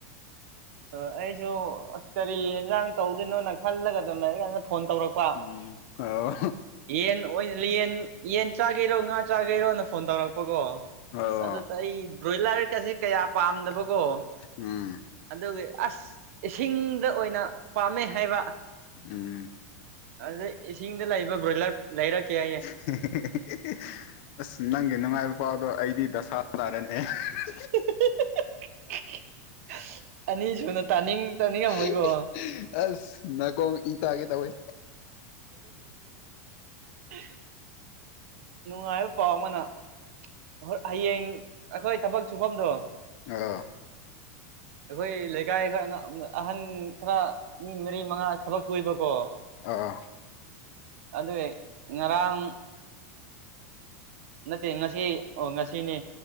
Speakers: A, on the right; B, on the left.
A: ꯑ ꯑꯩꯁꯨ ꯑꯁ ꯀꯔꯤ ꯌꯦꯖꯥꯡ ꯇꯧꯗꯣꯏꯅꯣꯅ ꯈꯜꯂꯒꯗ ꯗꯨꯝ ꯂꯩꯔꯤ ꯀꯥꯟꯗ ꯐꯣꯟ ꯇꯧꯔꯛꯄ
B: ꯎꯝ ꯑꯣ
A: ꯌꯦꯟ ꯑꯣꯏꯅ ꯌꯦꯟ ꯌꯦꯟ ꯆꯥꯒꯦꯔꯣ ꯉꯥ ꯆꯥꯒꯦꯔꯣꯅ ꯐꯣꯟ ꯇꯧꯔꯛꯄꯀꯣ
B: ꯑꯣ
A: ꯑꯁ ꯑꯗꯨꯗ ꯑꯩ ꯕ꯭ꯔꯣꯏꯂꯔ ꯀꯁꯦ ꯀꯌꯥ ꯄꯥꯝꯗꯕꯀꯣ
B: ꯎꯝ
A: ꯑꯗꯨꯒꯤ ꯑꯁ ꯏꯁꯤꯡꯗ ꯑꯣꯏꯅ ꯄꯥꯝꯃꯦ ꯍꯥꯏꯕ
B: ꯎꯝ
A: ꯑꯗ ꯏꯁꯤꯡꯗ ꯂꯩꯕ ꯕ꯭ꯔꯣꯏꯂꯔ ꯂꯩꯔꯛꯀꯦ ꯍꯥꯏꯌꯦ
B: <unintelligible> ꯑꯁ ꯅꯪꯒꯤ ꯅꯨꯡꯉꯥꯏꯕ ꯄꯥꯎꯗꯣ ꯑꯩꯗꯤ ꯗꯁꯥ ꯇꯥꯔꯦꯅꯦ <unintelligible>
A: <unintelligible> ꯑꯅꯤꯁꯨꯨꯅ ꯇꯥꯅꯤꯡ ꯇꯥꯅꯤꯡꯉꯝꯃꯣꯏꯀꯣ
B: <unintelligible> ꯑꯁ ꯅꯀꯣꯡ ꯏ ꯇꯒꯦꯗꯧꯑꯦ
A: <inaudible> ꯅꯨꯡꯉꯥꯏꯕ ꯄꯥꯎ ꯑꯃꯅ ꯍꯣ ꯍꯌꯦꯡ ꯑꯩꯈꯣꯏ ꯊꯕꯛ ꯁꯨꯐꯝꯗꯣ
B: ꯑ
A: <inaudible> ꯑꯩꯈꯣꯏ ꯂꯩꯒꯥꯏ ꯍꯣꯢ ꯑꯉꯥꯡ ꯑꯝ ꯑꯍꯟ ꯈꯔ ꯃꯤ ꯃꯔꯤ ꯃꯉꯥ ꯊꯕꯛ ꯁꯨꯢꯕꯀꯣ
B: ꯑ ꯑ
A: ꯑꯗꯨꯢ ꯉꯔꯥꯡ ꯅꯠꯇꯦ ꯉꯁꯤ ꯑꯣ ꯉꯁꯤꯅꯤ